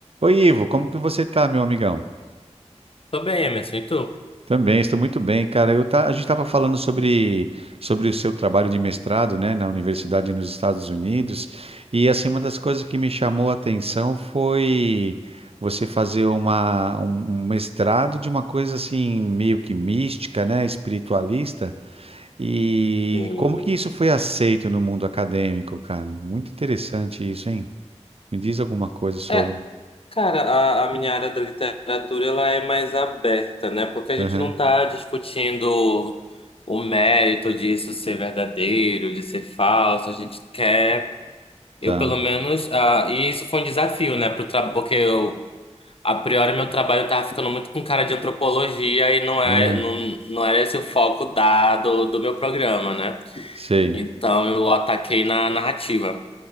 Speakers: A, on the right; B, on the left.
A: Oi, Ivo, como que você tá, meu amigão?
B: Tô bem, Emerson, e tu?
A: Também, estou muito bem, cara. Eu tá, a gente estava falando sobre, sobre o seu trabalho de mestrado, né, na universidade nos Estados Unidos, e assim, uma das coisas que me chamou a atenção foi você fazer uma, um um mestrado de uma coisa assim, meio que mística, né, espiritualista, e
B: Sim.
A: como que isso foi aceito no mundo acadêmico, cara? Muito interessante isso, hein? Me diz alguma coisa sobre.
B: É, cara, a, a minha área da literatura ela é mais aberta, né? Porque a
A: Aham,
B: gente não tá discutindo o mérito disso ser verdadeiro, de ser falso. A gente quer, eu
A: tá.
B: pelo menos, ah, e isso foi um desafio, né? Pro tra... Porque eu, a priori, meu trabalho tava ficando muito com cara de antropologia e não é,
A: É,
B: não, não era esse o foco da, do, do meu programa, né?
A: sei.
B: Então eu ataquei na narrativa.